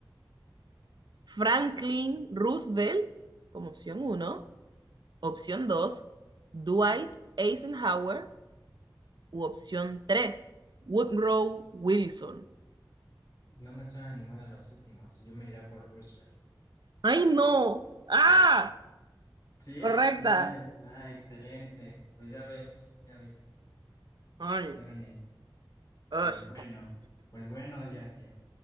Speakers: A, on the right (about 60°); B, on the left (about 50°).
A: Franklin Roosevelt, como opción uno, opción 2, Dwight Eisenhower u opción 3, Woodrow Wilson.
B: No me suena ninguno de los últimos. Yo me iría por Roosevelt.
A: ¡Ay, no! ¡Ah!
B: Sí es,
A: Correcta.
B: no es. Ah, excelente. Pues ya ves, ya ves.
A: Ay,
B: Ya gané.
A: ush.
B: Pues bueno, pues bueno, Yacir.